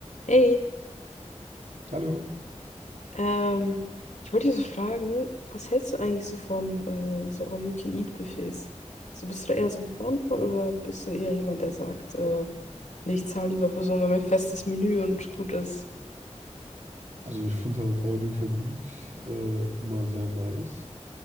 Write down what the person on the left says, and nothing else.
Hey,
ähm, ich wollte dich so fragen, was hältst du eigentlich so von äh, so All-You-Can-Eat-Buffets? So bist du da eher so ein Fan von oder bist du eher jemand, der sagt, äh, nee, ich zahle lieber für so ein festes Menü und gut ist?